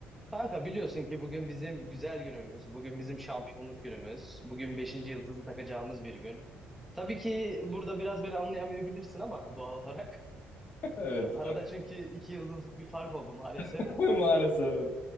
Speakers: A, in the centre; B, on the left.
A: Kanka biliyorsun ki bugün bizim güzel günümüz, bugün bizim şampiyonluk günümüz, bugün beşinci yıldızı takacağımız bir gün. Tabii ki burada biraz beni anlayamayabilirsin ama doğal olarak.
B: Evet.
A: <laughs> Arada çünkü iki yıldızlık bir fark oldu maalesef.
B: <laughs> Maalesef. evet.